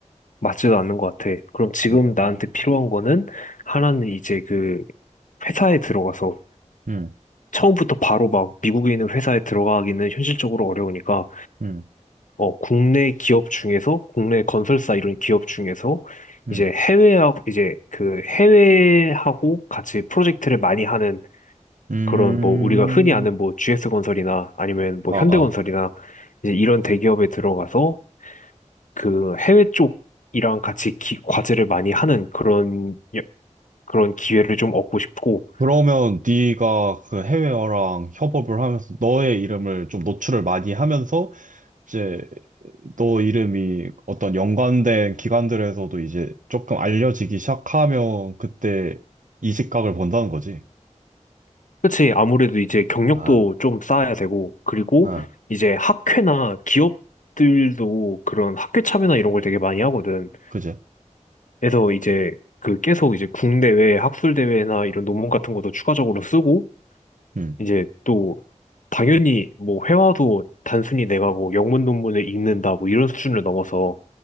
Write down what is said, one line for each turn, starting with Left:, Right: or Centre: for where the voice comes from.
Left: 맞지도 않는 것 같아. 그럼 지금
Right: 음, 음,
Left: 나한테 필요한 거는 하나는 이제 그 회사에 들어가서
Right: 음,
Left: 처음부터 바로 막 미국에 있는 회사에 들어가기는 현실적으로 어려우니까
Right: 음,
Left: 어, 국내 기업 중에서, 국내 건설사 이런 기업 중에서,
Right: 음.
Left: 이제 해외하고, 이제 그 해외하고 같이 프로젝트를 많이 하는
Right: 음.
Left: 그런 뭐 우리가 흔히 아는 뭐 GS건설이나 아니면 뭐
Right: 아,
Left: 현대건설이나
Right: 아.
Left: 이제 이런 대기업에 들어가서 그 해외 쪽이랑 같이 기- 과제를 많이 하는 그런, 여- 그런 기회를 좀 얻고 싶고,
Right: 그러면 네가 그 해외어랑 협업을 하면서 너의 이름을 좀 노출을 많이 하면서 이제 너 이름이 어떤 연관된 기관들에서도 이제 조금 알려지기 시작하면 그때 이직각을 본다는 거지.
Left: 그치. 아무래도 이제 경력도
Right: 아,
Left: 좀 쌓아야 되고, 그리고
Right: 아,
Left: 이제 학회나 기업들도 그런 학회 참여나 이런 걸 되게 많이 하거든.
Right: 그지?
Left: 그래서 이제 그 계속 이제 국내외 학술대회나 이런 논문 같은 것도 추가적으로 쓰고,
Right: 응,
Left: 이제 또 당연히 뭐 회화도 단순히 내가 뭐 영문 논문을 읽는다 뭐 이런 수준을 넘어서